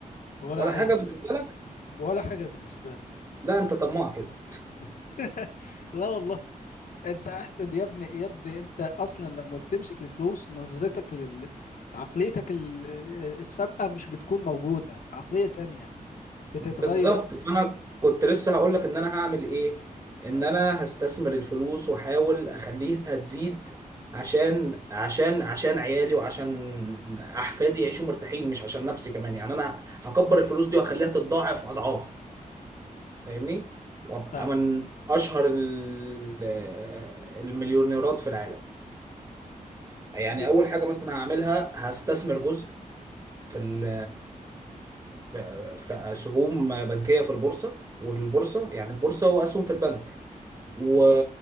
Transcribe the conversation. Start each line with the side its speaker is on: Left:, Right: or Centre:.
Left: ولا
Right: ولا
Left: عيش
Right: حاجه بالنسبه لك
Left: ولا حاجة بالنسبة لي
Right: لا انت طماع كده
Left: <laughs> لا والله انت احسب يا ابني يا ابني انت اصلا لما بتمسك الفلوس نظرتك لل عقليتك ال- السابقة مش بتكون موجودة عقلية تانية بتتغير
Right: بالظبط فانا كنت لسه هقول لك ان انا هعمل ايه ان انا هستثمر الفلوس واحاول اخليها تزيد عشان عشان عشان عيالي وعشان احفادي يعيشوا مرتاحين مش عشان نفسي كمان يعني انا هكبر الفلوس دي وهخليها تتضاعف اضعاف فاهمني وابقى
Left: فاهمك
Right: من اشهر ال- المليونيرات في العالم يعني
Left: يا
Right: اول حاجه مثلا هعملها هستثمر جزء في ال في في اسهم بنكيه في البورصه والبورصه يعني البورصه واسهم في البنك و...